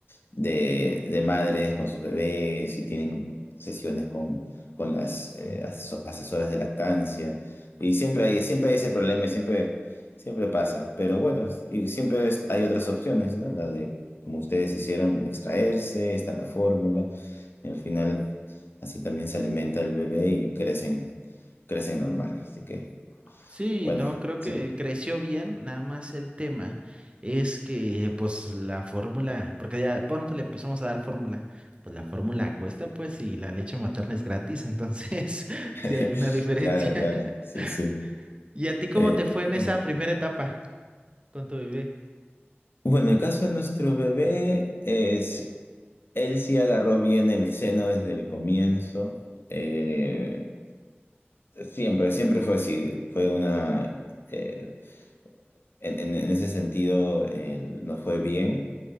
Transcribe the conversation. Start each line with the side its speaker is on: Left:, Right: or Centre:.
Left: de, de madres con sus bebés y tienen sesiones con, con las eh, aso- asesoras de lactancia. Y siempre hay, siempre hay ese problema, y siempre, siempre pasa. Pero bueno, y siempre es- hay otras opciones, ¿no? La de, como ustedes hicieron, extraerse, está la fórmula. Y al final, así también se alimenta el bebé y crecen, crecen normal. Así que,
Right: Sí,
Left: bueno,
Right: no, creo
Left: sí.
Right: que creció bien, nada más el tema es que pues la fórmula, porque ya pronto le empezamos a dar fórmula, pues la fórmula cuesta pues y la leche materna es gratis, entonces <laughs>
Left: <laughs>
Right: sí hay una diferencia.
Left: Claro, claro, sí,
Right: <laughs>
Left: sí.
Right: ¿Y a ti cómo
Left: Eh,
Right: te fue
Left: eh,
Right: en esa primera etapa con tu bebé?
Left: Bueno, en el caso de nuestro bebé es, él sí agarró bien el seno desde el comienzo. Eh, siempre, siempre fue así. Fue una, eh, en, en- en ese sentido, eh, nos fue bien.